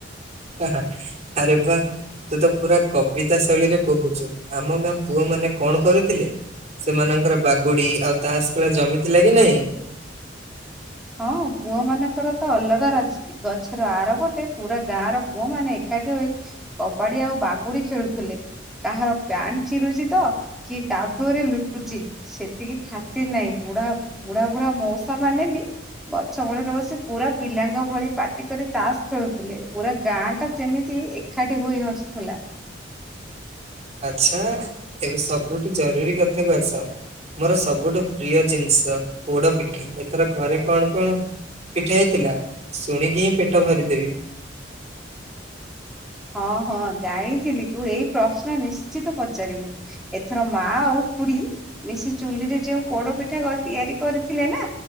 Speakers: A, on the right (about 35°); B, in the centre.
A: ହାଁ -ହାଁ ଆରେ ବା। ତୁ ତ ପୁରା କବିତା ଶୈଳୀରେ କହୁଚୁ- ଆମ ଗାଁ ପୁଅ ମାନେ କଣ କରୁଥିଲେ? ସେମାନଙ୍କର ବାଗୁଡି ଆଉ ତାସ୍ ଖେଳ ଜମି ଥିଲା କି ନାଇଁ?
B: ହଁ ପୁଅ ମାନଙ୍କର ତ ଅଲଗା ରାଜ୍। ଗଛର ଆର ପଟେ ପୁରା ଗାଁ ର ପୁଅ ମାନେ ଏକାଠି ହୋଇ କବାଡି ଆଉ ବାଗୁଡି ଖେଳୁଥିଲେ। କାହାର ପ୍ୟାଣ୍ଟ ଚିରୁଚି ତ କିଏ କାଦୁଅରେ ଲୁଟୁଚି। ସେତିକି ଖାତିର୍ ନାହିଁ ବୁଢା- ବୁଢା -ବୁଢା ମଉସା ମାନେ ବି ଗଛ ମୂଳରେ ବସି ପୁରା ପିଲାଙ୍କ ଭଳି ପାଟି କରି ତାସ୍ ଖେଳୁଥିଲେ ପୁରା ଗାଁ ଟା ଯେମିତି ଏ ଖାଇକି। <unintelligible>
A: ଆଚ୍ଛା। ଏବେ ସବୁଠୁ ଜରୁରୀ କଥାକୁୁ ଆସ। ମୋର ସବୁଠୁ ପ୍ରିୟ ଜିନିଷ ପୋଡ ପିଠା। ଏଥର ଘରେ କଣ କଣ ପିଠା ହେଇଥିଲା? ଶୁଣିକି ହିଁ ପେଟ ଭରିଦେବି।
B: ହଁ ହଁ, ଜାଣିଥିଲି ତୁ ଏଇ ପ୍ରଶ୍ନ ନିଶ୍ଚିତ ପଚାରିବୁ। ଏଥର ମା ଆଉ ଖୁଡି ମିଶି ଚୁଲିରେ ଯୋଉ ପୋଡପିଠା ତିଆରି କରିଥିଲେ ନା